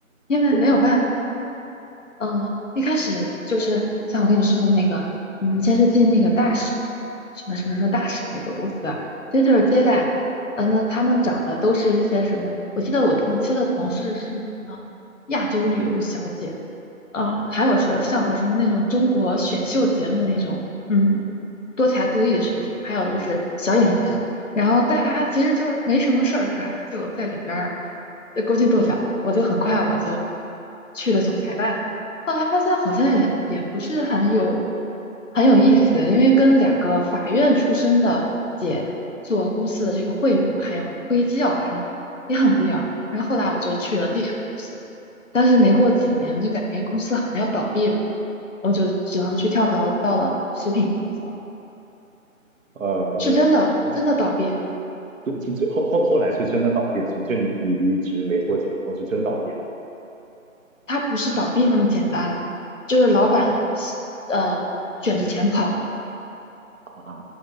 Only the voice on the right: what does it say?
对，
嗯，
呃，原来如此。
那
这这这后后后来是真的倒闭了是吗？就你你离职没多久以后是真倒闭了。
啊，